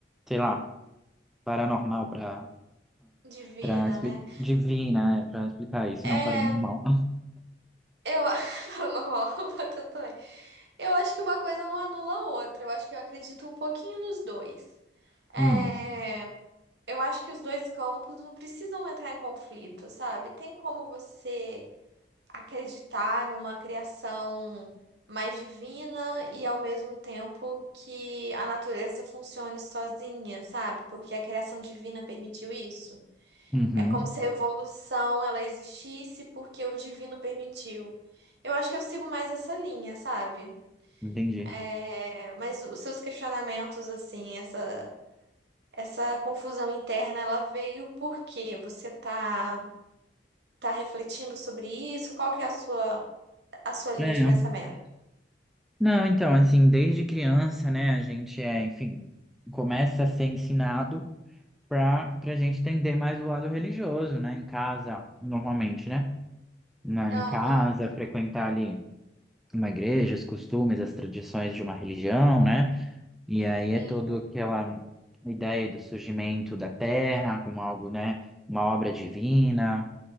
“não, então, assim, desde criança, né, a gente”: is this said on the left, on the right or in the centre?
Centre